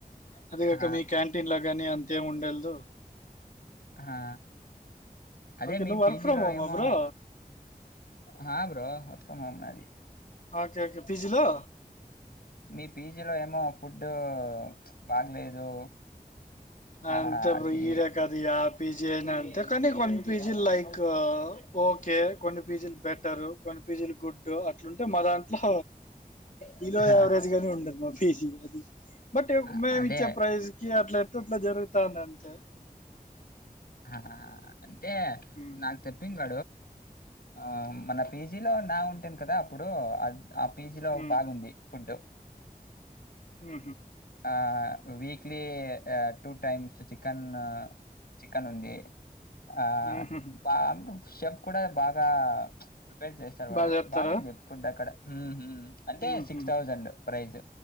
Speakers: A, on the left (about 55°); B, on the left (about 85°).
A: అదేగాక
B: ఆ
A: మీ క్యాంటీన్లో కానీ అంతేం ఉండల్ దు
B: హా అదే
A: ఓకే.
B: మీ
A: నువ్వు
B: పీజిలో
A: వర్క్ ఫ్రమ్ హోమా
B: ఏమో
A: బ్రో?
B: హా బ్రో వర్క్ ఫ్రొం హోం అన్నారు
A: ఒకేఒకే పీజి లో
B: మీ పీజీలో ఏమో ఫుడ్ బాగలేదు
A: అంతే
B: ఆ
A: బ్రో
B: అది
A: ఇది కాదు యా పీజీ అయినా అంటే కానీ కొన్ని పీజీలు లైక్ ఓకే కొన్ని పీజీలు బెటర్ కొ పీజీలు గుడ్డు అట్లుంటే మా దాంట్లో బిలో యావరేజ్
B: ఆహా.
A: గాని ఉండదు మా పేజీ అది
B: అ-
A: మేమి
B: అదే
A: ఇచ్చే ప్రైజ్ కి అట్లా ఎతే ఇట్లా జరుగుతాంది అంతే
B: ఆహా అంతే
A: ఉమ్,
B: నాకు తప్పింది ఆ మన పేజీలో నా ఉంటాను కదా అప్పుడు పీజీ లో
A: ఉమ్,
B: బాగుంది ఫుడ్
A: హ
B: ఆ weekly two times chicken chicken ఉంది ఆ
A: ఉమ్హు.
B: బా షెఫ్ కూడా బాగా ప్రిపేర్ చేస్తారు వాడు
A: బాగా చెప్తారా
B: బాగుంది ఫుడ్ అక్కడ అంటే
A: ఉమ్హు.
B: సిక్స్ థౌజండ్ ప్రైజ్